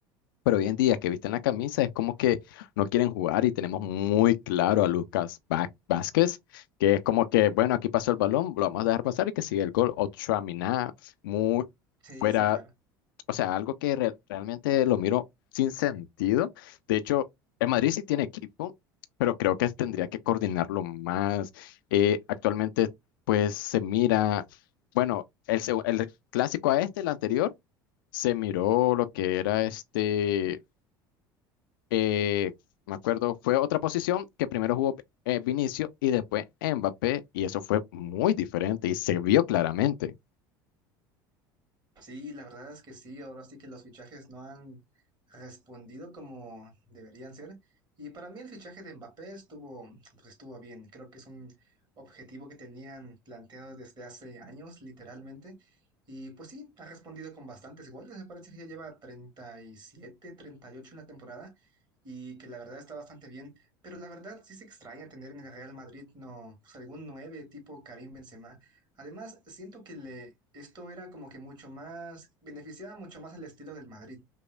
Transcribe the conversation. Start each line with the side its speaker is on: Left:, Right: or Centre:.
Left: pero hoy en día que visten la camisa es como que no quieren jugar y tenemos muy claro a Lucas Va- Vázquez, que es como que, bueno, aquí pasó el balón, lo vamos a dejar pasar y que sigue el gol. mina muy
Right: Sí,
Left: fuera,
Right: sí, claro.
Left: o sea, algo que re- realmente lo miro sin sentido. De hecho, el Madrid sí tiene equipo, pero creo que tendría que coordinarlo más. Eh, actualmente, pues se mira, bueno, el, seg- el clásico a este, el anterior, se miró lo que era este eh, me acuerdo, fue otra posición que primero jugó eh, Vinicio y después Mbappé, y eso fue muy diferente y se vio claramente.
Right: Sí, la verdad es que sí, ahora sí que los fichajes no han respondido como deberían ser. Y para mí el fichaje de Mbappé estuvo, pues estuvo bien. Creo que es un objetivo que tenían planteado desde hace años, literalmente. Y pues sí, ha respondido con bastantes goles. Me parece que ya lleva treinta treinta y siete, treinta y ocho en la temporada y que la verdad está bastante bien. Pero la verdad sí se extraña tener en el Real Madrid no, pues algún 9 tipo Karim Benzema Además, siento que le, esto era como que mucho más, beneficiaba mucho más al estilo del Madrid